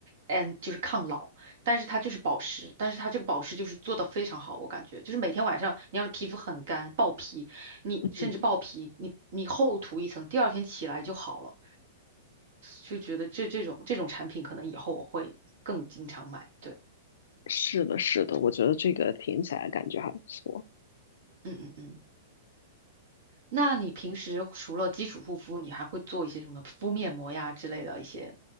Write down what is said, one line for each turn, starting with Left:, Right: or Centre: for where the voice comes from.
Right: 嗯，就是抗老，但是它就是保湿，但是它这个保湿就是做的非常好，我感觉就是每天晚上你要是皮肤很干爆皮，你甚至爆皮，
Left: 嗯，
Right: 你你厚涂一层，第二天起来就好了。就觉得这这种这种产品可能以后我会更经常买。对，
Left: 是的，是的，我觉得这个听起来感觉还不错。
Right: 嗯嗯嗯。那你平时除了基础护肤，你还会做一些什么敷面膜呀之类的一些